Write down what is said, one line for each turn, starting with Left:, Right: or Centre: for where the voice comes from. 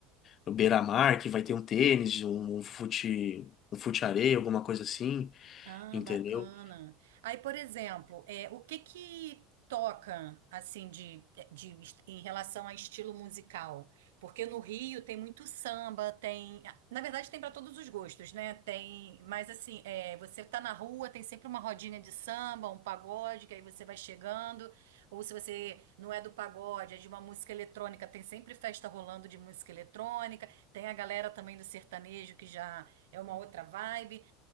Left: no Beira-Mar, que vai ter um tênis, um, um fute, um fute-areia, alguma coisa assim,
Right: Ah,
Left: entendeu?
Right: bacana. Aí, por exemplo, é, o que que toca assim de, de em relação a estilo musical? Porque no Rio tem muito samba, tem, na verdade tem para todos os gostos, né? Tem, mas assim, é, você tá na rua, tem sempre uma rodinha de samba, um pagode, que aí você vai chegando, ou se você não é do pagode, é de uma música eletrônica, tem sempre festa rolando de música eletrônica, tem a galera também do sertanejo que já é uma outra vibe.